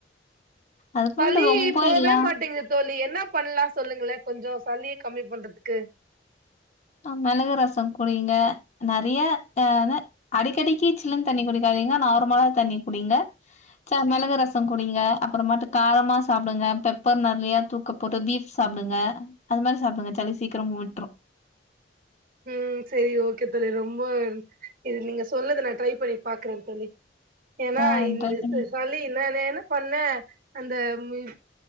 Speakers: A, on the left (about 40°); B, on the right (about 50°).
A: அதுக்குன்ட்டு
B: சளி
A: ரொம்ப
B: போவே
A: இல்ல
B: மாட்டிங்கிது தோழி என்னப் பண்லா சொல்லுங்களே கொஞ்சோ சளிய கம்மி பண்றதுக்கு
A: ஆ மெளகு ரச குடிங்க நெறையா தான அடிக்கடிக்கு சில்லுன் தண்ணி குடிக்காதீங்க நார்மல தண்ணி குடிங்க ச மெளகு ரச குடிங்க அப்பறமாட்டு காரமா சாப்டுங்க பெப்பர் நெறையா தூக்க போட்டு துவி சாப்டுங்க அது மாரி சாப்டுங்க சளி சீக்கிர ஓட்ரு
B: ம் சேரி ஓகே தோழி ரொம்ப இருன் இது நீங்க சொன்னத நா ட்ரை பண்ணி பாக்குறே தோழி ஏனா
A: ஆ
B: இந்த
A: ட்ரை பண்ணி
B: ச சளி இன்னனு ஏனா பண்ண அந்த மிவ்